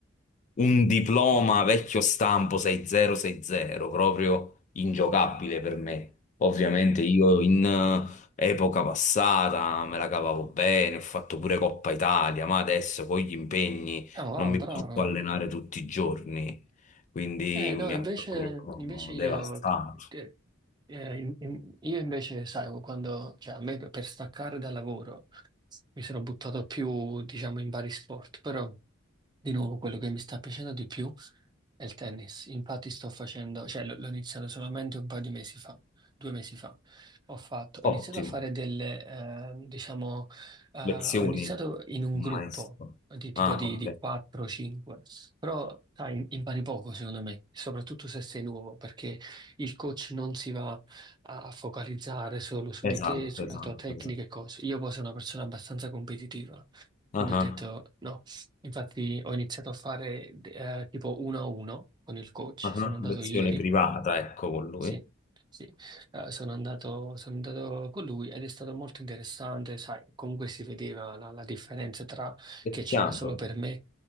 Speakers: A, on the left (about 40°); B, on the right (about 20°).
A: un diploma vecchio stampo 6060, proprio ingiocabile per me. Ovviamente io in eh, epoca passata me la cavavo bene, ho fatto pure Coppa Italia, ma adesso con gli impegni
B: oh wow,
A: non mi
B: bravo.
A: posso allenare tutti i giorni, quindi
B: Eh no,
A: mi
B: invece,
A: ha proprio
B: invece io,
A: devastato.
B: te- te- eh, in- in- io invece, sai, quando, cioè a me per staccare dal lavoro. mi sono buttato più, diciamo, in vari sport, però di nuovo quello che mi sta piacendo di più. È il tennis, infatti sto facendo, cioè l- l'ho iniziato solamente un paio di mesi fa, due mesi fa. Ho fatto, ho
A: Ottimo,
B: iniziato a fare delle, eh, diciamo, eh,
A: lezioni,
B: ho iniziato in un
A: un
B: gruppo
A: maestro.
B: di tipo
A: Ah,
B: di, di
A: ok.
B: 4-5, però sai, impari poco secondo me, soprattutto se sei nuovo, perché il coach non si va a focalizzare solo su
A: Esatto,
B: di te, sulla
A: esatto,
B: tua tecnica
A: esatto.
B: e cose. Io poi sono una persona abbastanza competitiva, quindi
A: Ah,
B: ho detto
A: ah,
B: no. Infatti ho iniziato a fare eh, tipo uno a uno con il coach,
A: ah, ah,
B: sono andato
A: Lezione
B: ieri,
A: privata, ecco, con lui.
B: sì, sì. Eh, sono andato, sono andato con lui ed è stato molto interessante, sai, comunque si vedeva la, la differenza tra
A: È
B: che
A: chiaro,
B: c'era solo per me